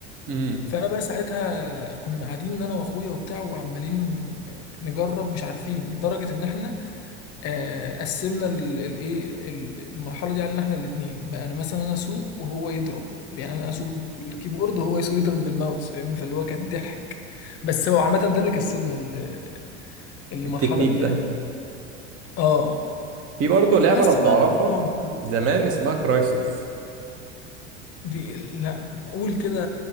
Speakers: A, on the right; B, on the left.
A: مم.
B: فأنا بقى ساعتها كنا قاعدين أنا وأخويا وبتاع وعمالين نجرب مش عارفين لدرجة إن إحنا آه، قسمنا ال- الإيه ال- المرحلة دي علينا إحنا الاتنين بقى أنا مثلا أنا أسوق وهو يضرب يعني أنا أسوق بالكيبورد وهو يسوق يضرب بالماوس فاهمني فاللي هو كان ضحك بس هو عامة ده اللي كسبنا ال- المرحلة
A: <laughs> التكنيك
B: دي
A: ده
B: يعني آه آه.
A: في برضه لعبة
B: بس
A: لو تعرفها
B: بقى آه
A: زمان اسمها كرايسيس
B: دي لا قول كده